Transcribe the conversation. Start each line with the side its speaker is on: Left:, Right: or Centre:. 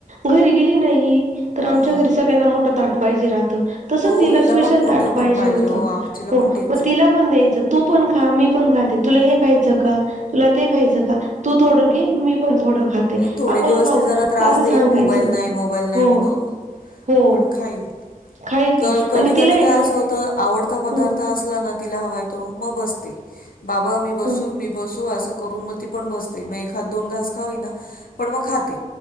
Right: घरी गेली नाही. तर आमच्या
Left: हां
Right: घरी
Left: हां.
Right: सगळ्यांना मोठं ताट पाहिजे राहतं. तसंच
Left: हो
Right: तिला
Left: हिला
Right: स्पेशल
Left: पण मोठं
Right: ताट पाहिजे
Left: पण
Right: होतं.
Left: हो आमचीला
Right: हो,
Left: पण तेच
Right: मग
Left: आहे.
Right: तिला पण द्यायचं तू पण खा मी पण खाते. तुला हे खायचं का? तुला ते खायचं का? तू थोडं घे मी पण थोडं. खाते
Left: नाही थोडे
Right: आपण
Left: दिवस
Right: खाऊ
Left: ती जरा त्रास
Right: असं
Left: देईल
Right: सांगायचं
Left: मोबाईल नाही, मोबाईल नाही
Right: हो
Left: म्हणून.
Right: हो
Left: पण खाईल
Right: खाईल
Left: क-
Right: ती
Left: कधी
Right: आणि
Left: -कधी
Right: तिला आहे
Left: काय
Right: ना
Left: असं होतं. आवडता पदार्थ
Right: हं
Left: असला ना तिला हवाय तो मग बसते. बाबा मी बसू?
Right: ह
Left: - मी बसू? तो असं करून मग ती पण बसते. मग एखात- दोन घास का होईना, पण मग खाते,